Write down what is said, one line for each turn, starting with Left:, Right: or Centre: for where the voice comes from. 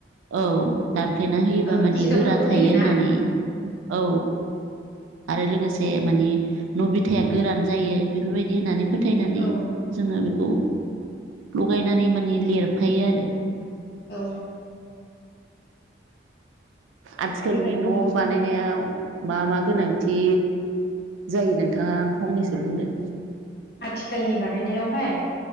Right: औ दानफ्लेना होयोबा
Left: ओ
Right: माने
Left: जिगाबफोरबो
Right: गोरा थायो
Left: होयो
Right: होननानै
Left: ना उम
Right: औ आरो लोगोसे मानि न' बिथाया गोरान जायो बेफोरबायदि होननानै फोथायनानै
Left: औ
Right: जोङो औ, लगायनानै माने लिरफायो आरो
Left: औ
Right: आथिखालनि
Left: बेबायदिनो
Right: न' बानायनायाव मा मा गोनांथि जायो नोंथाङा फंनैसो बुंदो
Left: आथिखालनि बानायनायावहाय